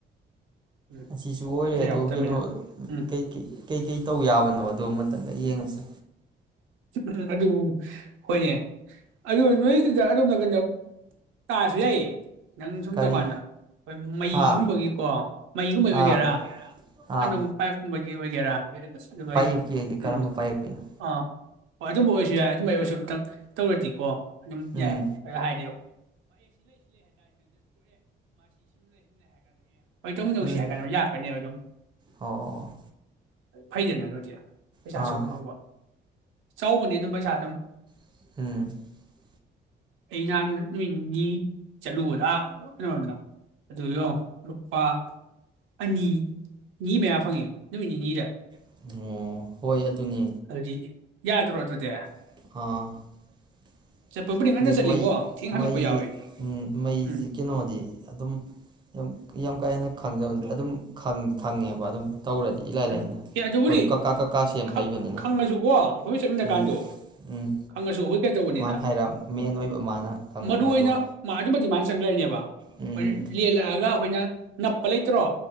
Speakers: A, on the right (about 80°); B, on the right (about 20°).
A: ꯎꯝ
B: ꯑꯁꯤꯁꯨ ꯑꯣꯕꯦꯏ
A: ꯄꯩꯁꯥ
B: ꯑꯗꯣ
A: ꯌꯥꯎꯔꯛꯇꯃꯤꯅ
B: ꯀꯩꯅꯣꯗꯣ
A: ꯎꯝ
B: ꯀꯩꯀꯩ ꯀꯩꯀꯩ ꯇꯧ ꯌꯥꯕꯅꯣ ꯗꯣ ꯃꯇꯪꯒ ꯌꯦꯡꯉꯁꯤ
A: <unintelligible> ꯑꯗꯨ ꯍꯣꯏꯅꯦ ꯑꯗꯨ ꯅꯣꯏꯗꯨꯗ ꯑꯗꯣꯝ ꯅꯥꯟꯕ <unintelligible> ꯌꯥꯏꯌꯦ ꯅꯪ ꯁꯨꯝ
B: ꯀꯔꯤ
A: ꯇꯧꯀꯥꯟꯗ ꯍꯣꯏ ꯃꯩꯒꯨꯝꯕꯒꯤ
B: ꯍꯥ
A: ꯀꯣ ꯃꯩ ꯒꯨꯝꯕꯩ ꯑꯣꯏꯒꯦꯔ
B: ꯑꯥ
A: <unintelligible>
B: ꯑꯥ
A: ꯄꯥꯏꯞ ꯀꯨꯝꯕꯩ ꯑꯣꯏꯒꯦꯔ <unintelligible> ꯃꯁꯤꯡꯗ ꯂꯣꯏꯌꯦ
B: ꯄꯥꯏꯌꯦꯞꯀꯤ ꯍꯥꯏꯁꯦ
A: ꯎꯝ
B: ꯀꯔꯝꯕ ꯄꯥꯏꯌꯦꯞꯀꯤꯅꯣ
A: ꯑꯥ ꯍꯣ ꯑꯗꯨꯝꯕꯩ ꯑꯣꯏꯁꯨ ꯌꯥꯏ ꯑꯗꯨꯝꯕꯩ ꯑꯣꯏꯁꯨ ꯑꯃꯇꯪꯅ ꯇꯧꯔꯗꯤꯀꯣ ꯑꯗꯨꯝ
B: ꯎꯝ
A: ꯌꯥꯏ <unintelligible> <unintelligible> ꯑꯣꯏ ꯇꯧꯂꯤꯟꯅꯧꯁꯤ
B: ꯎꯝ
A: ꯍꯥꯏꯀꯥꯟꯗ ꯌꯥꯔꯛꯀꯅꯤꯕ ꯗꯨꯝ
B: ꯑꯣ
A: ꯐꯩꯗꯅ ꯑꯗꯣꯏꯗꯤ ꯄꯩꯁꯥꯁꯨ
B: ꯑꯥ
A: ꯑꯗꯨꯝ ꯐꯪꯕ ꯆꯥꯎꯕꯅꯦ ꯗꯨꯝ ꯄꯩꯁꯥ ꯗꯨꯝ
B: <inaudible>
A: ꯑꯩ ꯍꯥꯟ ꯅꯨꯃꯤꯠ ꯅꯤꯅꯤ ꯆꯠꯂꯨꯕꯗ <unintelligible> ꯑꯗꯨꯗꯣ ꯂꯨꯄꯥ ꯑꯅꯤ ꯒꯤ ꯃꯌꯥ ꯐꯪꯉꯦ ꯅꯨꯃꯤꯠ ꯅꯤꯅꯤꯗ꯫
B: <inaudible>
A: <unintelligible> ꯌꯥꯗ꯭ꯔꯣ ꯑꯗꯨꯗꯤ
B: <inaudible>
A: ꯆꯠꯄꯕꯨꯗꯤ ꯉꯟꯅ
B: ꯗꯤ
A: ꯆꯠꯂꯤꯀꯣ
B: ꯃꯩ
A: ꯊꯦꯡ ꯍꯜꯂꯛꯄ
B: ꯃꯦꯖꯤ
A: ꯌꯥꯎꯋꯤ
B: ꯎꯝ ꯃꯦꯖꯁ
A: ꯎꯝ
B: ꯀꯩꯅꯣꯗꯤ ꯑꯗꯨꯝ ꯗꯨꯝ <unintelligible> ꯏꯂꯥꯏ
A: ꯑꯝ
B: ꯂꯥꯏꯅ
A: ꯑꯦ ꯑꯗꯨꯕꯨꯗꯤ
B: ꯍꯣꯏ ꯀꯀꯥ ꯀꯀꯥ ꯁꯦꯝ
A: ꯈ
B: ꯍꯩꯕꯅꯤꯅꯀꯣ
A: ꯈꯪꯉꯁꯨꯀꯣ ꯑꯈꯣꯏ ꯆꯠꯃꯤꯟꯅ
B: ꯎꯝ
A: ꯀꯥꯟꯗꯣ
B: ꯎꯝ
A: ꯈꯪꯉꯁꯨ ꯑꯈꯣꯏ ꯀꯩꯅꯣ ꯇꯧꯕꯅꯤꯗ
B: ꯃꯥꯅ ꯍꯥꯏꯔ ꯃꯦꯟ ꯑꯣꯏꯕ ꯃꯥꯅ ꯈꯪꯉꯒ
A: ꯃꯗꯨ
B: ꯑꯗꯨꯒ
A: ꯑꯩꯅ <unintelligible> ꯑꯩꯅꯦꯕ
B: ꯎꯝ
A: ꯎꯟ ꯂꯦꯟꯂꯒ ꯈꯣꯏꯅ ꯅꯞꯄ ꯂꯩꯇ꯭ꯔꯣ